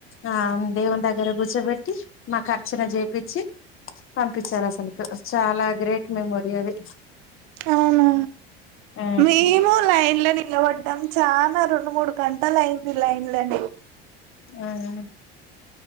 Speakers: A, on the left; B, on the right.
A: ఆ దేవుని దగ్గర కూర్చోబెట్టి మా అర్చన చేయిచ్చి పంపించారు అసల్కు చాలా గ్రేట్ మెమొరీ అది
B: అవునా
A: ఆ
B: మేము లైన్లని నిలపడ్డం చానా రెండు మూడు గంటలైంది లైన్లని
A: ఆహ్